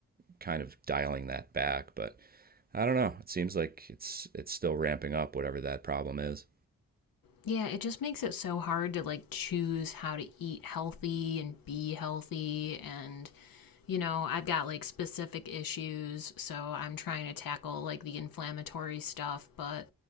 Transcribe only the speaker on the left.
Yeah, it just makes it so hard to like choose how to eat healthy and be healthy and you know, I've got like specific issues, so I'm trying to tackle like the inflammatory stuff, but